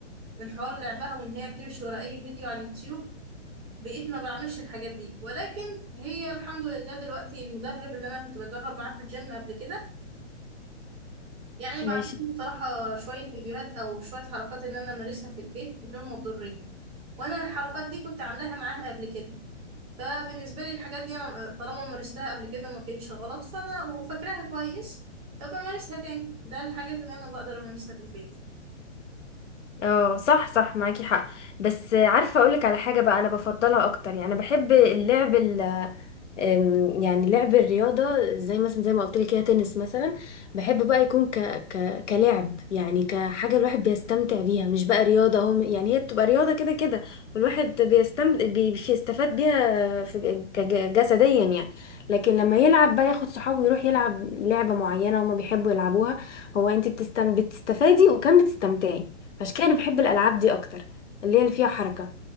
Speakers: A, on the right (about 15°); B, on the left (about 75°).
A: من حوار لعبها وإن هي بتمشي ورا أي فيديو على اليوتيوب بقيت ما بعملش الحاجات دي ولكن هي الحمد لله دلوقتي المدرب اللي أنا كنت بدرب معاه في الجيم قبل كده يعني
B: ماشي
A: بعتت لي بصراحة شوية فيديوهات أو شوية حركات إن أنا أمارسها في البيت بدون مضرية وأنا الحركات دي كنت عاملاها معاها قبل كده فبالنسبة لي الحاجات دي أنا طالما مارستها قبل كده وما كانتش غلط فأنا وفاكراها كويس فبمارسها تاني ده الحاجات اللي أنا بقدر أمارسها في البيت يعني.
B: اه صح صح معاكي حق بس عارفة اقولك على حاجة بقى انا بفضلها اكتر يعني انا بحب اللعب أم، يعني لعب الرياضة زي مثلا زي ما قلت لك كده تنس مثلا بحب بقى يكون ك... ك... كلعب يعني كحاجة الواحد بيستمتع بيها مش بقى رياضة هو يعني هي بتبقى رياضة كده كده والواحد بيستم بي- بيستفاد بيها في... كج- جسديا يعني لكن لما يلعب بقى ياخد صحابه ويروح يلعب لعبة معينة هما بيحبوا يلعبوها هو انت بتستم... بتستفادي وكمان بتستمتعي عشان كده انا بحب الألعاب دي أكتر اللي هي اللي فيها حركة